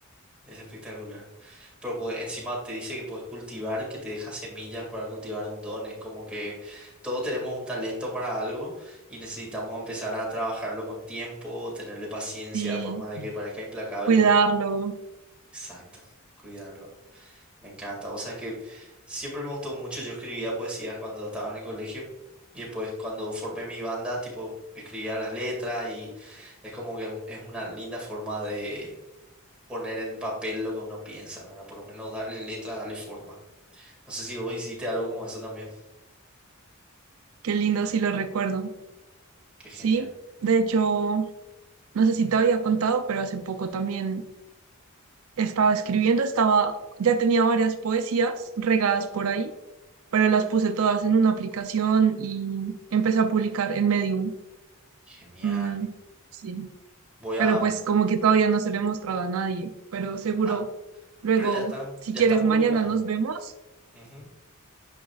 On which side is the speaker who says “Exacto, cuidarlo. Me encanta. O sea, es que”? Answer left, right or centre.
Centre